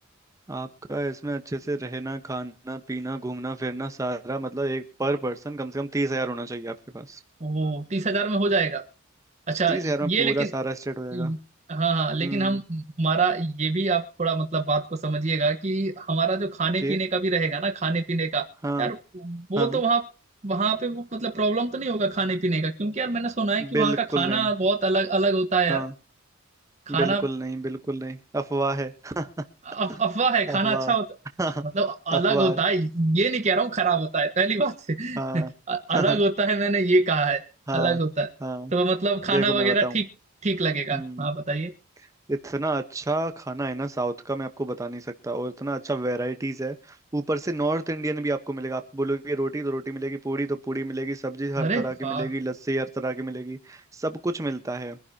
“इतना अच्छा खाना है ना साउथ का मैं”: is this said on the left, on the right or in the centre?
Right